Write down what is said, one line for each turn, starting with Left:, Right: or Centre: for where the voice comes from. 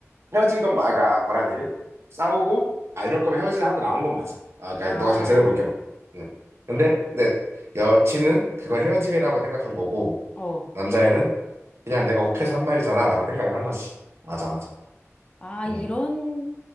Right: 헤어진 건 마- 그러니까 뭐라 해야 되지? 싸우고 아 이럴 거면 헤어지자 하고 나온 건 맞아. 아, 그러니까
Left: 아,
Right: 너가 잘 생각해 본게 맞아. 응. 근데 내 여친은 그걸 헤어짐이라고 생각한 거고
Left: 어.
Right: 남자애는 그냥 내가 욱해서 한 말이잖아라고 생각을 한 거지. 맞아, 맞아.
Left: 아,
Right: 응,
Left: 이런,